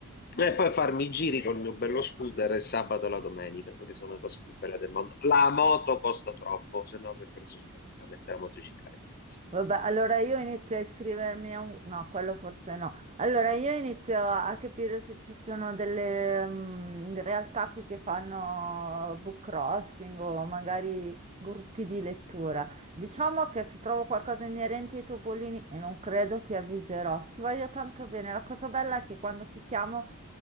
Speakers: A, on the left (about 45°); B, on the right (about 30°).
A: E poi farmi i giri con il mio bello scooter il sabato e la domenica, quelle sono le cose più belle del mondo. La moto costa troppo, se no avrei preso tranquillamente la motocicletta.
B: Vabbè, allora io inizio a iscrivermi a un... No, quello forse no. Allora io inizio a capire se ci sono delle mm, realtà qui che fanno book crossing o magari gruppi di lettura. Diciamo che se trovo qualcosa inerente ai topolini, e non credo, ti avviserò. Ti voglio tanto bene. La cosa bella è che quando ti chiamo...